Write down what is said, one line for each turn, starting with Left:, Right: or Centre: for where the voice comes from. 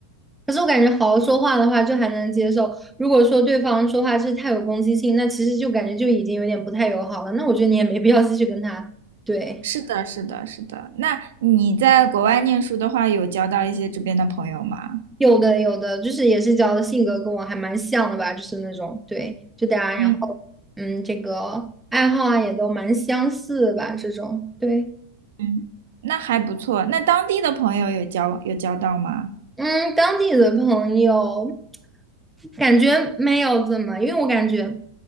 Centre: 可是我感觉好好说话的话，就还能接受。如果说对方说话就是太有攻击性，那其实就感觉就已经有点不太友好了。那我觉得你也没必要继续跟他。对，
Right: 是的，是的，是的。那你在国外念书的话，有交到一些这边的朋友吗？
Centre: 有的有的，就是也是交的性格跟我还蛮像的吧，就是那种对，就大家然后嗯，
Right: 嗯。
Centre: 这个爱好啊也都蛮相似的吧，这种对。
Right: 嗯，那还不错。那当地的朋友有交有交到吗？
Centre: 嗯，当地的朋友感觉没有怎么，因为我感觉